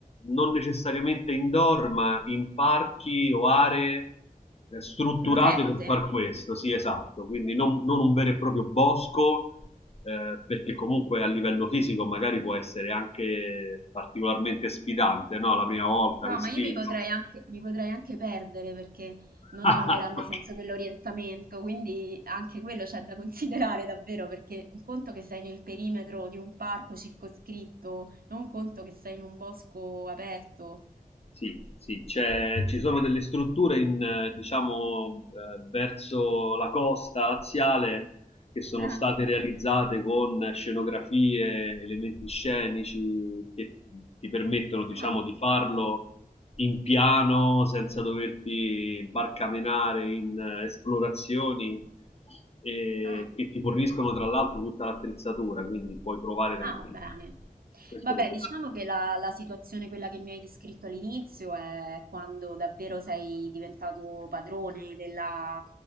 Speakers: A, on the left; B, on the right.
A: non necessariamente indoor, ma in parchi o aree eh, strutturate
B: Protette.
A: per far questo, sì, esatto, quindi non, non un vero e proprio bosco, eh, perché comunque a livello fisico magari può essere anche particolarmente sfidante, no? La prima volta
B: No,
A: vestirsi.
B: ma io mi potrei anche, mi potrei anche perdere perché non
A: <laughs>
B: ho un grande senso dell'orientamento, quindi anche quello c'è da considerare davvero, perché un conto che sei nel perimetro di un parco circoscritto, non un conto che sei in un bosco aperto.
A: Sì, sì, c'è- ci sono
B: Ah,
A: delle strutture in, eh, diciamo, eh, verso la costa aziale che sono
B: ah,
A: state realizzate con scenografie, elementi scenici che ti permettono, diciamo,
B: ah.
A: di farlo in piano senza doverti barcamenare in eh, esplorazioni e
B: ah.
A: che ti forniscono tra l'altro tutta l'attrezzatura, quindi puoi provare tranquillamente.
B: Ah, bene.
A: Questo
B: Vabbè,
A: dopo.
B: diciamo che la, la situazione, quella che mi hai descritto all'inizio, è quando davvero sei diventato padrone della-